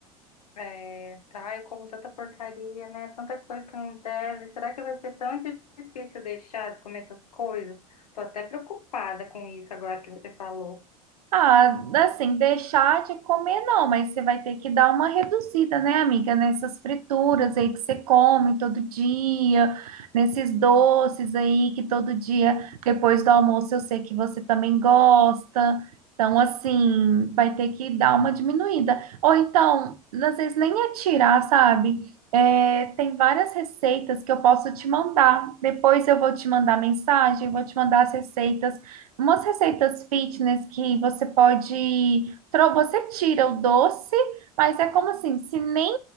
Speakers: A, on the left; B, on the right.
A: É, tá, eu como tanta porcaria, né? Tanta coisa que não deve. Será que vai ser tão difícil deixar de comer essas coisas? Tô até preocupada com isso agora que você falou.
B: Ah, assim, deixar de comer não, mas você vai ter que dar uma reduzida, né, amiga? Nessas frituras aí que você come todo dia, nesses doces aí que todo dia, depois do almoço, eu sei que você também gosta. Então, assim, vai ter que dar uma diminuída. Ou então, às vezes nem é tirar, sabe? É, tem várias receitas que eu posso te mandar. Depois eu vou te mandar mensagem, vou te mandar as receitas umas receitas fitness que você pode, tro- você tira o doce, mas é como assim, se nem,